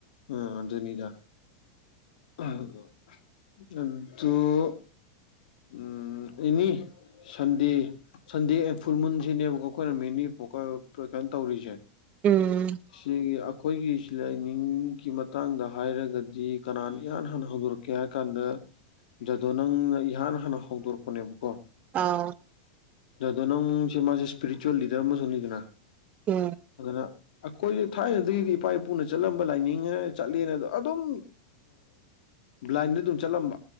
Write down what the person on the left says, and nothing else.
ꯎꯝ ꯑꯗꯨꯅꯤꯗ ꯑꯗꯨꯗꯨꯣ ꯎ ꯏꯅꯤ ꯁꯟꯗꯦ ꯁꯟꯗꯦ ꯐꯨꯜ ꯃꯨꯟꯁꯤꯅꯦꯕꯀꯣ ꯑꯩꯈꯣꯏꯅ ꯃꯤꯦꯅꯤ ꯄꯣꯛꯀ ꯀꯩꯅꯣ ꯇꯧꯔꯤꯁꯦ
ꯁꯤꯒꯤ ꯑꯩꯈꯣꯏꯒꯤ ꯂꯥꯏꯅꯤꯡꯒꯤ ꯃꯇꯥꯡꯗ ꯍꯥꯏꯔꯒꯗꯤ ꯀꯅꯥꯅ ꯏꯍꯥꯟ ꯍꯥꯟꯅ ꯍꯧꯗꯣꯔꯛꯀꯦ ꯍꯥꯏ ꯀꯥꯟꯗ ꯖꯗꯣ ꯅꯪꯅ ꯏꯍꯥꯟ ꯍꯥꯟꯅ ꯍꯧꯗꯣꯔꯛꯄꯅꯦꯕꯀꯣ
ꯗꯣ ꯅꯪꯁꯦ ꯃꯥ ꯏꯁꯄꯤꯔꯤꯆꯨꯋꯦꯜ ꯂꯤꯗꯔ ꯑꯃꯁꯨꯅꯤꯗꯨꯅ
ꯑꯗꯨꯅ ꯑꯩꯈꯣꯏꯁ ꯊꯥꯏꯅꯗꯒꯤꯗꯤ ꯏꯄꯥ ꯏꯄꯨꯅ ꯆꯠꯂꯝꯕ ꯂꯥꯏꯅꯤꯡꯉ ꯆꯠꯂꯦꯅꯗꯣ ꯑꯗꯨꯝ ꯕ꯭ꯂꯥꯏꯟꯗ ꯑꯗꯨꯝ ꯆꯠꯂꯝꯕ